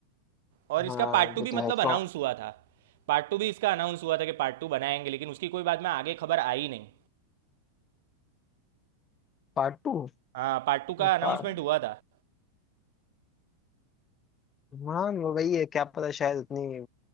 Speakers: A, on the right (about 55°); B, on the left (about 25°).
A: और इसका
B: हाँ
A: पार्ट टू
B: वो
A: भी मतलब
B: तो है
A: अनाउंस
B: कौन
A: हुआ था पार्ट टू भी इसका अनाउंस हुआ था कि पार्ट टू बनाएंगे लेकिन उसकी कोई बाद में आगे खबर आई नहीं
B: Part two
A: हाँ पार्ट टू का अनाउंसमेंट
B: part
A: हुआ था
B: हाँ वही है क्या पता शायद उतनी